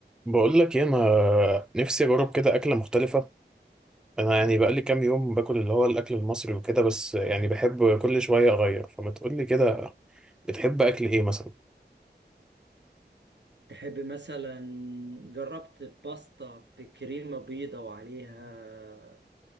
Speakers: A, in the centre; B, on the right.
A: بقول لك ايه انا نفسي اجرب كده اكله مختلفه انا يعني بقالي كام يوم باكل اللي هو الاكل المصري وكده بس يعني بحب كل شويه اغير فما تقول لي كده بتحب اكل ايه مثلا
B: تحب مثلا جربت باستا بكريمة بيضة وعليها